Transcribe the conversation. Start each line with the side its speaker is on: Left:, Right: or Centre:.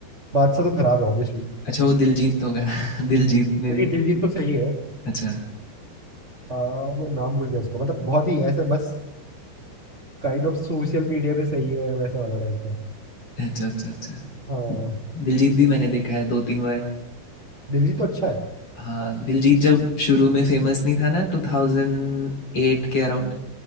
Right: बादशाह तो खराब है ऑब्वियसली
Left: अच्छा वो दिलजीत होगा <laughs> दिलजीत में
Right: मेरी
Left: भी
Right: दिलजीत तो सही है
Left: अच्छा
Right: आ, मैं नाम भूल गया उसका मतलब बहुत ही ऐसा बस काइंड ऑफ सोशल मीडिया पे सही है वैसा वाला टाइप का
Left: अच्छा अच्छा अच्छा
Right: हाँ
Left: दिलजीत भी मैंने देखा है दो तीन बार
Right: दिलजीत तो अच्छा है
Left: हाँ दिलजीत जब शुरू में फेमस नहीं था ना 2008 के अराउंड